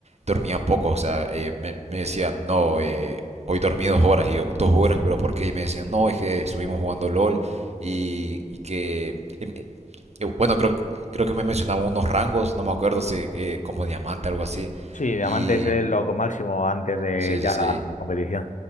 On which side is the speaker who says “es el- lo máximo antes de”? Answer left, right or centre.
Left